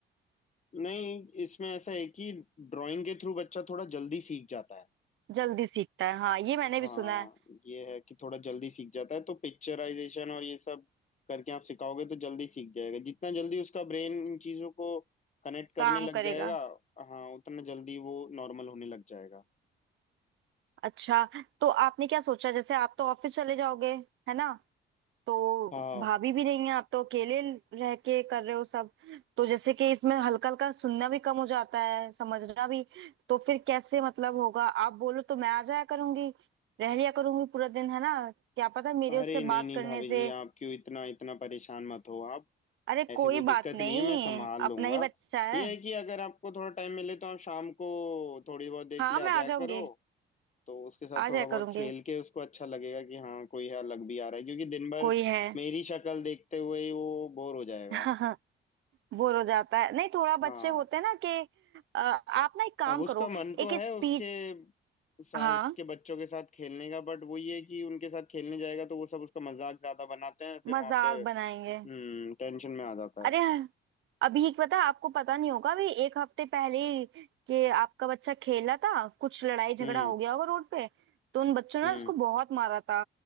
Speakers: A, on the left (about 35°); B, on the right (about 75°).
A: नहीं इसमें ऐसा है कि ड्राइंग के थ्रू बच्चा थोड़ा जल्दी सीख जाता है
B: जल्दी सीखता है हाँ ये
A: हाँ
B: मैंने भी सुना है
A: ये है कि थोड़ा जल्दी सीख जाता है तो पिक्चराइजेशन और ये सब करके आप सिखाओगे तो जल्दी सीख जाएगा जितना जल्दी उसका ब्रेन इन चीजों को कनेक्ट करने
B: काम
A: लग
B: करेगा
A: जाएगा हाँ उतना जल्दी वो नॉर्मल होने लग जाएगा
B: अच्छा तो आपने क्या सोचा जैसे आप तो ऑफिस चले जाओगे है ना तो
A: हाँ
B: भाभी भी नहीं है आप तो अकेले रह के कर रहे हो सब तो जैसे कि इसमें हल्का हल्का सुनना भी कम हो जाता है समझना भी तो फिर कैसे मतलब होगा आप बोलो तो मैं आ जाया करूंगी रह लिया करूंगी पूरा दिन है ना क्या पता मेरे
A: अरे
B: उससे
A: नहीं
B: बात
A: नहीं
B: करने
A: भाभी
B: से
A: जी आप क्यों इतना इतना परेशान मत हो आप
B: अरे
A: ऐसी
B: कोई
A: कोई दिक्कत
B: बात नहीं
A: नहीं है मैं संभाल
B: अपना
A: लूंगा
B: ही बच्चा है
A: ये है कि अगर आपको थोड़ा टाइम मिले तो आप शाम को थोड़ी बहुत देर
B: हाँ
A: के लिए
B: मैं
A: आ
B: आ
A: जाया
B: जाऊंगी
A: करो तो उसके साथ
B: आ
A: थोड़ा
B: जाया
A: बहुत
B: करूंगी
A: खेल के उसको अच्छा लगेगा कि हाँ कोई है अलग भी आ रहा है क्योंकि दिन भर
B: कोई है
A: मेरी शक्ल देखते हुए ही वो बोर हो जाएगा
B: <laughs> बोर हो जाता है नहीं थोड़ा
A: हाँ
B: बच्चे होते हैं ना कि अ, आप ना एक काम
A: अब उसका
B: करो
A: मन तो
B: एक
A: है
B: स्पीच
A: उसके साथ
B: हाँ
A: के बच्चों के साथ खेलने का बट वो ये है कि उनके साथ खेलने जाएगा तो वो सब उसका मजाक ज्यादा बनाते हैं फिर
B: मजाक
A: वहां पे
B: बनाएंगे
A: हम्म टेंशन में आ जाता
B: अरे
A: है
B: अभी पता आपको पता नहीं होगा अभी एक हफ्ते पहले ही कि आपका बच्चा खेला था कुछ लड़ाई झगड़ा
A: हम्म
B: हो गया होगा रोड पे तो उन बच्चों ने
A: हम्म
B: उसको बहुत मारा था